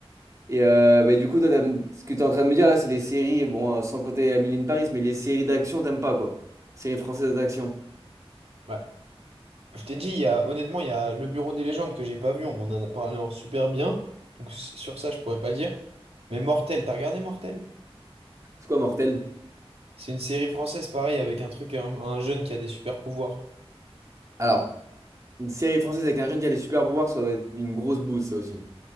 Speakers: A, on the right; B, on the right.
A: Et euh, bah, du coup, toi, t'aimes- ce que tu es en train de me dire là, c'est les séries, bon, euh, sans compter Amélie de Paris, mais les séries d'action, t'aimes pas quoi? Séries françaises d'action.
B: ouais. Je t'ai dit, il y a, honnêtement, il y a le Bureau des légendes que j'ai pas vu. On m'en a parlé en super bien. Donc s- sur ça, je pourrais pas dire. Mais Mortel, t'as regardé Mortel?
A: C'est quoi, Mortel?
B: C'est une série française, pareil, avec un truc, un, un jeune qui a des super pouvoirs.
A: Alors, Une série française avec un jeune qui a des super pouvoirs, ça va être une grosse bouse, ça aussi.